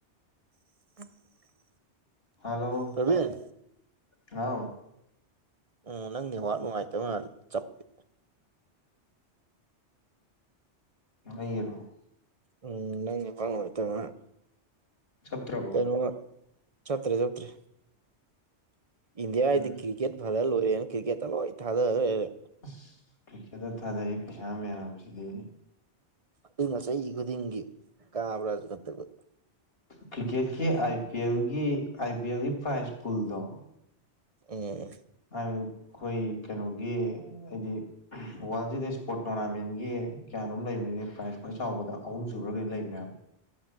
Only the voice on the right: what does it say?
<inaudible>
ꯄ꯭ꯔꯕꯤꯟ
ꯎꯝ ꯅꯪ ꯅꯦꯋꯥꯛ ꯅꯨꯡꯉꯥꯏꯇꯕ ꯃꯥꯜꯂꯤ ꯆꯞꯄꯤ
ꯎꯝ ꯅꯪ ꯐꯡ <unintelligible>
ꯆꯠꯇ꯭ꯔꯦ ꯆꯠꯇ꯭ꯔꯦ ꯏꯟꯗꯤꯌꯥ
ꯗꯤ ꯀ꯭ꯔꯤꯀꯦꯠ ꯐꯥꯖꯔ ꯂꯣꯏꯔꯦꯅ ꯀ꯭ꯔꯤꯀꯦꯠꯇ ꯂꯣꯏ ꯊꯥꯗ ꯂꯩꯔꯦ
ꯑꯗꯨꯅ ꯆꯍꯤ ꯈꯨꯗꯤꯡꯒꯤ ꯀꯥꯕ꯭ꯔꯥ ꯅꯠꯇꯕ
ꯎꯝ